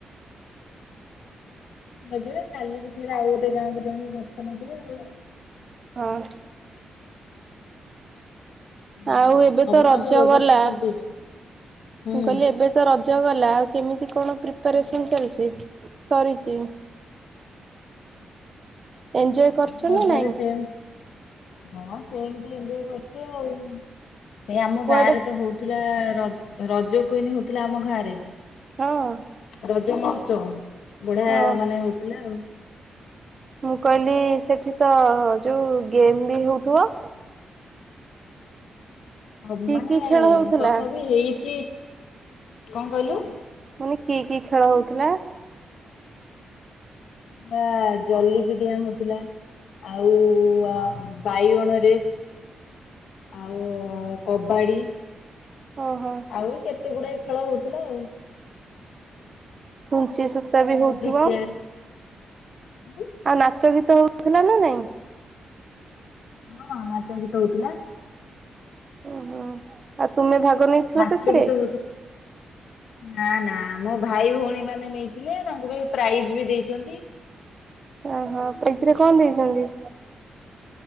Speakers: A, on the left; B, on the right.
A: ଗଛ ଲଗେଇବେ କାଲିକି ଫେରେ ଆଉ ଗୋଟେ ଗାଁକୁ ଯାଇକି ଗଛ ଲଗେଇବା ଆଉ।
B: ହଁ।
A: ହୁଁ
B: ଆଉ ଏବେ
A: ସବୁ
B: ତ ରଜ
A: ଆମେ ବ୍ୟବସ୍ଥା
B: ଗଲା।
A: କରିଦେଇଛୁ। ହୁଁ।
B: ମୁଁ କହିଲି ଏବେ ତ ରଜ ଗଲା ଆଉ କେମିତି କଣ ପ୍ରିପାରେସନ
A: ହୁଁ।
B: ଚାଲିଛି। ଇ ସରିଛି। ଏଞ୍ଜୟ
A: ହଁ
B: କରୁଛ
A: ମଜାରେ
B: ନା ନାଇଁ
A: ସେମ ହଁ ସେମତି ଏମିତିଆ କରିଥିବେ ଆଉ। ଏଇ ଆମ
B: କୁଆଡେ
A: ଗାଁ ରେ ତ ହଉଥିଲା ର ରଜ କୁଇନି ହଉଥିଲା ଆମ ଗାଁ ରେ।
B: ହଁ।
A: ରଜମହସ୍ଚବ ବଢିଆ
B: ହଁ
A: ମାନେ ହଉଥିଲା ଆଉ।
B: ମୁଁ କହିଲି ସେଠି ତ ଯୋଉ ଗେମ୍ ବି ହଉଥିବ।
A: ହଁ
B: କି
A: ମାନେ
B: କି ଖେଳ ହଉଥିଲା?
A: ତଥାପି ହେଇଛି। କଁ କହିଲୁ।
B: ମୁନି କି କି ଖେଳ ହଉଥିଲା।
A: ପା ଜଲିପିଡିଆ ହୋଉଥିଲା। ଆଉ ଆ ବାଇଗଣ ରେ ଆଉ କବାଡ଼ି।
B: ଓହୋ।
A: ଆହୁରି କେତେ ଗୁଡାଏ ଖେଳ ହଉଥିଲା ଆଉ।
B: ଛୁଞ୍ଚି ସୂତା ବି ହଉଥିବ।
A: ମ୍ୟୁଜିକ୍ ଚେୟାର ହଁ
B: ଆଉ ନାଚ ଗୀତ ହଉଥିଲା ନା ନାଇଁ।
A: ହଁ ନାଚ ଗୀତ ହଉଥିଲା।
B: ଓହୋ ଆଉ ତୁମେ ଭାଗ ନେଇଥିଲ
A: ନାଚ
B: ସେଥିରେ।
A: ଗୀତ ହଉଥିଲା। ନା ନା ଆମ ଭାଇ ଭଉଣୀ ମାନେ ନେଇଥିଲେ ତାଙ୍କୁ ବି ପ୍ରାଇଜ ବି ଦେଇଛନ୍ତି।
B: ଓହୋ ପିଇସି ରେ କଣ ଦେଇଛନ୍ତି।